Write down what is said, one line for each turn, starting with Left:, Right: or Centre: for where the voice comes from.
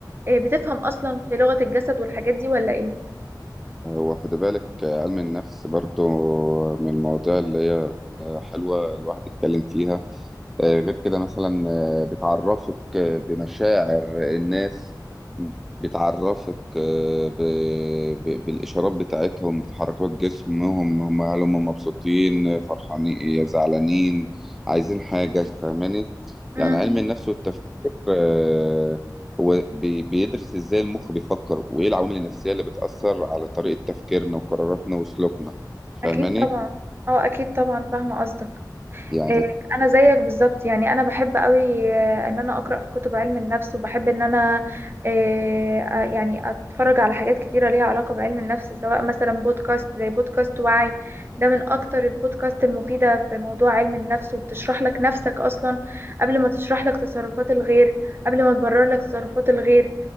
Right: إيه بتفهم اصلا في لغة الجسد والحاجات دي ولا ايه
Centre: هو خد بالك آه، علم النفس برضو من المواضيع اللي هي آه، حلوه الواحد يتكلم فيها آه، غير كده مثلا آه، بتعرفك آه، بمشاعر الناس بتعرفك آه، ب... ب... بالإشارات بتاعتهم بتحركات جسمهم هم هل هم مبسوطين آه، فرحانين آه، زعلانين عايزين حاجة فاهماني
Right: امم
Centre: يعني علم النفس والتفكير آه، هو بي... بيدرس إزاي المخ بيفكر وإيه العوامل النفسية اللي بتأثر على طريقة تفكيرنا وقراراتنا وسلوكنا فاهماني
Right: اكيد طبعا اه اكيد طبعا فاهمة قصدك
Centre: يعني
Right: إيه، انا زيك بالظبط يعني انا بحب قوي آه، ان انا اقرا في كتب علم النفس وبحب ان انا آه، آه، يعني اتفرج على حاجات كتيره ليها علاقه بعلم النفس سواء مثلا بودكاست زي بودكاست وعي ده من اكتر البودكاست المفيده في موضوع علم النفس وبتشرح لك نفسك اصلا قبل ما تشرح لك تصرفات الغير قبل ما تبرر لك تصرفات الغير